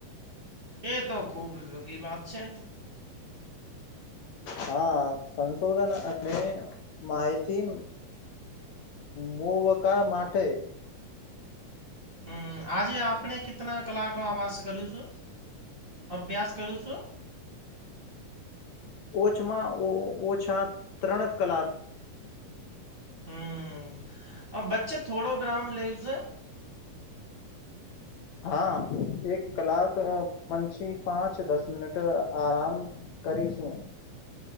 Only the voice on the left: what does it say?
હા, સંશોધન અને માહિતી મો વકા માટે.
ઓછમાં ઓ ઓછા ત્રણ કલાક.
હા, એક કલાક પછી પાંચ દસ મિનિટ આરામ. કરીશું.